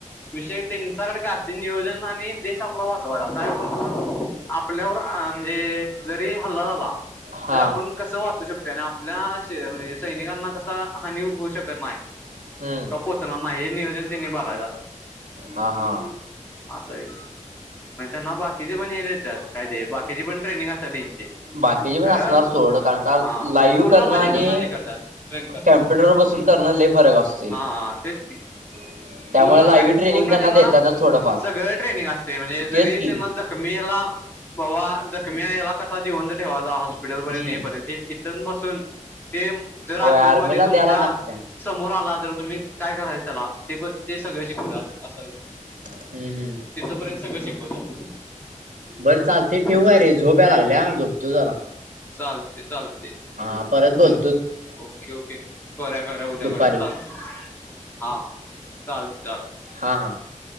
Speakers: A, on the left; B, on the right.
A: विषय त्यांच्याकडे काय असते नियोजन आणि देश आपला वाचवायचा काय पण करून आपल्यावर म्हणजे जरी हल्ला झाला
B: हा
A: तर आपण कसं वाचू शकतोय आणि आपल्याणजे सैनिकांना कसा हानी होऊ शकत नाय
B: हम्म
A: ते पोचणार नाही हे नियोजन त्यांनी बघायचं असतय
B: हा हा
A: असा विष नाही त्यां ना बाकीचे पण हे देतात, काय ते बाकीची पण ट्रेनिंग असतात त्यांची
B: बाकीचे पण
A: खरं
B: असणार सोड कारण का
A: हा म्हणजे
B: लाईव्ह
A: पूर्णपणे
B: करणं आणि
A: त्यांना हे करतात ट्रेन करतात
B: कम्प्युटर बसून करण लई फरक असतोय.
A: हा हं तेच की.
B: <unintelligible>
A: पूर्ण
B: लाईव्ह
A: आणि
B: ट्रेनिंग
A: पूर्ण त्यांना
B: देतातच थोडंफार
A: सगळं ट्रेनिंग असतय म्हणजे जरी
B: तेच की
A: त्यांना जखमीला बाबा जखमी आहे याला कसा जिवंत ठेवायचा, हॉस्पिटलपर्यंत
B: हम्म
A: नेईपर्यंत इथून पासुन ते जर आतंकवादी
B: होय आर्मीला
A: तुमच्या
B: द्यायला लागत्या
A: समोर आला तर तुम्ही काय करायचं त्याला ते पण ते सगळ शिकवत्यात असं
B: हम्म हम्म
A: तिथंपर्यंत सगळं शिकवतात
B: बरं चालतेय ठेवू
A: असा
B: काय
A: विषय
B: रे झोप याय लागलीया झोपतो जरा
A: चालते चालते
B: हा परत बोल
A: ओके ओके करुया करूया उद्या
B: दुपारी
A: करूया चालतंय हा हा चालेल चाल
B: हा हा